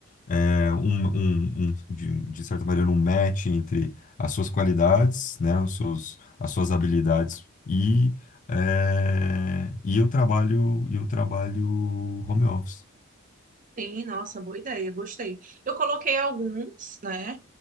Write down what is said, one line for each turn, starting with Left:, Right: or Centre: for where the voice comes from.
Left: é, um, um- um- de, de certa maneira, um match entre as suas qualidades, né, os seus, as suas habilidades e, é, e o trabalho e o trabalho home office.
Right: Sim, nossa, boa ideia, gostei. Eu coloquei alguns, né,